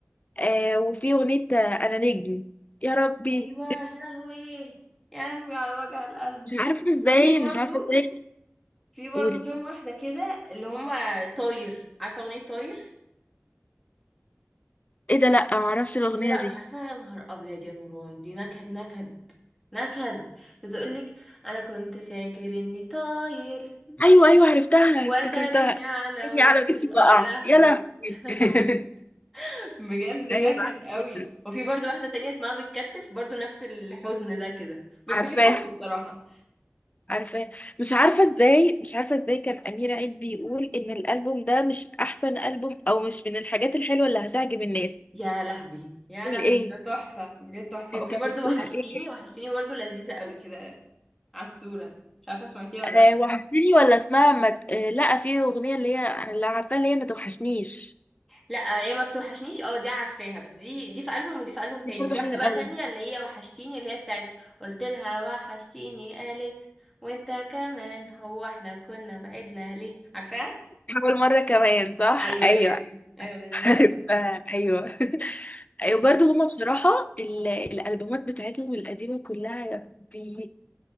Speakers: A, on the left (about 30°); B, in the centre.
A: آه وفي أغنية آه، أنا نجم يا ربي
B: ايوه يا لهوي يا لهوي على وجع القلب
A: مش عارفة ازاي
B: وفي برضو
A: مش عارفة ازاي
B: في برضو
A: قولي
B: كام واحده كده اللي هما طاير عارفه اغنيه طاير
A: ايه ده لأ معرفش الأغنية
B: إيه ده لا
A: دي
B: مش عارفة يا نهار أبيض يا نوران دي نكد نكد نكد بتقولك أنا كنت فاكر إني طاير
A: أيوة أيوة عرفتها أنا
B: وتريني
A: افتكرتها
B: على
A: عيني
B: وشي
A: على وشي
B: بقى.
A: بقع
B: يا لهوي
A: يا لهوي
B: يا لهوي
A: <laughs>
B: بجد نكد
A: أيوة عرفتها
B: قوي وفي برضو واحدة تانية اسمها بتكتف برضو نفس الحزن ده كده بس
A: عارفاها
B: بحبهم الصراحة
A: عارفاه مش عارفه ازاي مش عارفه ازاي كان امير عيد بيقول ان الالبوم ده مش احسن البوم او مش من الحاجات الحلوه اللي هتعجب الناس
B: يا لهوي يا
A: بتقول
B: لهوي
A: ايه
B: ده تحفة بجد تحفة
A: انت
B: وفي
A: بتقول
B: برضو وحشتيني
A: ايه
B: وحشتيني برضو لذيذة قوي كده عسولة مش عارفة سمعتيها ولا
A: آه
B: لأ
A: وحشتني ولا اسمها مت... آه لا في اغنيه اللي هي انا اللي عارفاها اللي هي ما توحشنيش
B: لا هي ما بتوحشنيش اه دي عارفاها بس دي دي في ألبوم ودي في ألبوم تاني
A: دي برضه
B: في واحدة
A: حلوه
B: بقى
A: قوي
B: تانية اللي هي وحشتيني اللي هي بتاعت قلت لها وحشتيني قالت وانت كمان هو احنا كنا بعدنا ليه عارفاها
A: حاول مره كمان صح
B: ايوه
A: ايوه
B: هي دي
A: <laughs>
B: ايوه لذيذة
A: عارفاها
B: قوي
A: ايوه <laughs> ايوه برضه هما بصراحه ال... الالبومات بتاعتهم القديمه كلها يا ربي